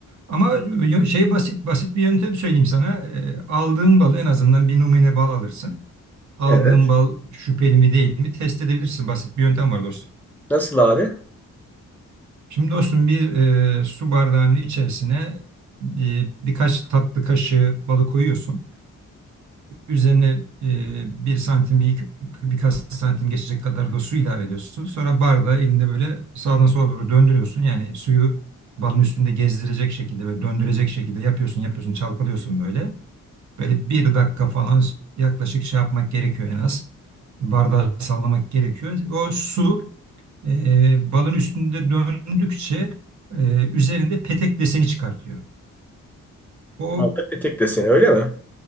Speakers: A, on the right; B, in the centre.
A: Ama yo- şey basit basit bir yöntem söyleyeyim sana. E, aldığın balı en azından bir numune bal alırsın. Aldığın
B: Evet.
A: bal şüpheli mi değil mi test edebilirsin. Basit bir yöntem var dostum.
B: Nasıl abi?
A: Şimdi dostum bir e, su bardağının içerisine e, birkaç tatlı kaşığı balı koyuyorsun. Üzerine e, bir santim bir, birkaç santim geçecek kadar da su ilave ediyorsun. Sonra bardağı elinde böyle sağdan sola doğru döndürüyorsun. Yani suyu balın üstünde gezdirecek şekilde ve döndürecek şekilde yapıyorsun yapıyorsun çalkalıyorsun böyle. Böyle bir dakika falan yaklaşık şey yapmak gerekiyor en az. Bardağı sallamak gerekiyor. O su e, balın üstünde döndükçe e, üzerinde petek deseni çıkartıyor. O
B: Balta petek deseni öyle mi?